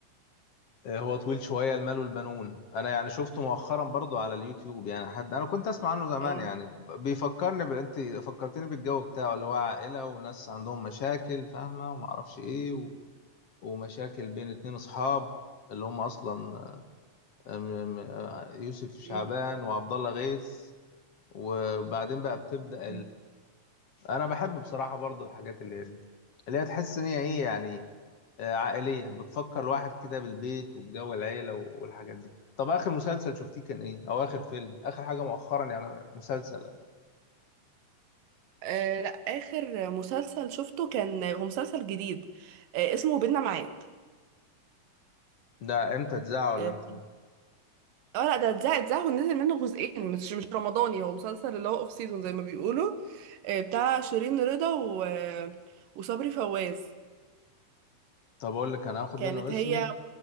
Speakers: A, on the left; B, on the right.
A: آه، هو طويل شوية المال والبنون انا يعني شفته مؤخرا برضو على اليوتيوب يعني حد انا كنت اسمع عنه زمان
B: اه
A: يعني ب- بيفكرني ب... انت فكرتني بالجو بتاعه اللي هو عائلة وناس عندهم مشاكل فاهمة وما اعرفش ايه و... ومشاكل بين اتنين اصحاب اللي هم اصلا آه، م- م- آه، يوسف شعبان
B: مم.
A: وعبد الله غيث وبعدين بقى بتبدأ
B: مم.
A: انا بحب بصراحه برضو الحاجات اللي هي دي اللي هي تحس ان هي ايه يعني آه، عائليه بتفكر الواحد كده بالبيت وبجو العيله و- والحاجات دي طب اخر مسلسل شفتيه كان ايه او اخر فيلم اخر حاجه مؤخرا يعني مسلسل
B: آه، لا آخر مسلسل شفته كان هو مسلسل جديد آه، اسمه بينا ميعاد
A: ده امتى اتذاع ولا
B: اه
A: امتى نزل
B: آه، لا ده اتذاع اتذاع ونزل منه جزئين مش مش رمضاني هو مسلسل اللي هو اوف سيزون زي ما بيقولوا آه، بتاع شيرين رضا و... وصبري فواز
A: طب اقول لك انا هاخد
B: كانت
A: منه اسمك
B: هي